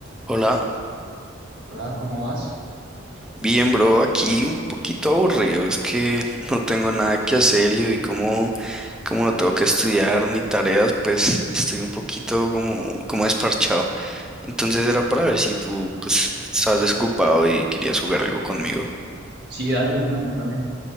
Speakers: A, in the centre; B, on the right (about 55°).
A: Hola,
B: Hola, ¿cómo vas?
A: bien bro, aquí un poquito aburrido, es que <laughs> no tengo nada que hacer y hoy como, como no tengo que estudiar ni tareas, pues estoy un poquito como, como desparchado. Entonces era para ver si tú pues estabas desocupado y querías jugar algo conmigo.
B: Sí, dale de una, yo también.